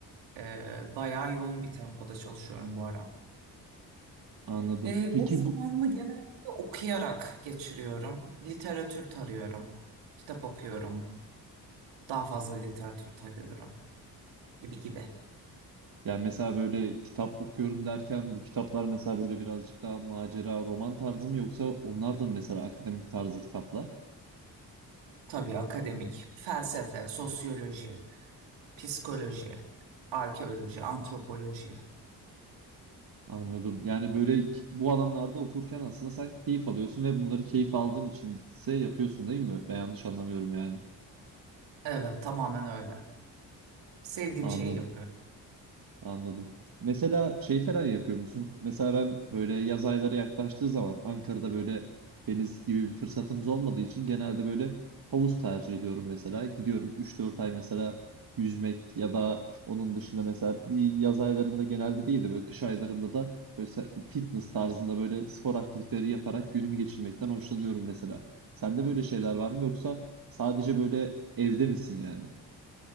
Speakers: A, on the right; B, on the right.
A: Ee, bayağı yoğun bir tempoda çalışıyorum bu ara.
B: Anladım.
A: Ee,
B: Peki
A: boş zamanımı
B: bu
A: genellikle okuyarak geçiriyorum. Literatür tarıyorum. Kitap okuyorum. Daha fazla literatür tarıyorum gibi gibi.
B: yani mesela böyle kitap okuyorum derken bu kitaplar mesela böyle birazcık daha macera, roman tarzı mı yoksa onlar da mı mesela akademik tarzı kitaplar?
A: Tabii akademik, felsefe, sosyoloji, psikoloji, arkeoloji, antropoloji.
B: Anladım. Yani böyle ki- bu alanlarda okurken aslında sen keyif alıyorsun ve bunları keyif aldığın içinse yapıyorsun değil mi? Ben yanlış anlamıyorum yani.
A: Evet, tamamen öyle. Sevdiğim
B: Anladım.
A: şeyi yapıyorum.
B: Anladım. Mesela şey falan yapıyor musun? Mesela ben böyle yaz ayları yaklaştığı zaman Ankara'da böyle deniz gibi bir fırsatımız olmadığı için genelde böyle havuz tercih ediyorum mesela. Gidiyorum 3-4 ay mesela yüzmek ya da onun dışında mesela bir yaz aylarında genelde değil de böyle kış aylarında da böyle se- fitness tarzında böyle spor aktiviteleri yaparak günümü geçirmekten hoşlanıyorum mesela. Sende böyle şeyler var mı yoksa sadece böyle evde misin yani?